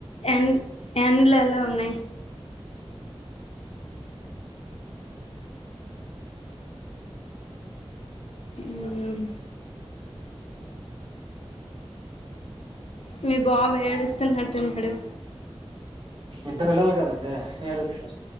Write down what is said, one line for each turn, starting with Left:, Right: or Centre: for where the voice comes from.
Left: ఎండ్ ఎండ్లు ఎలా ఉన్నాయి మ్మ్ మీ బాబు ఏడుస్తున్నట్టున్నాడు
Right: ఇద్దరు పిల్లలు కదండి ఏడుస్తారు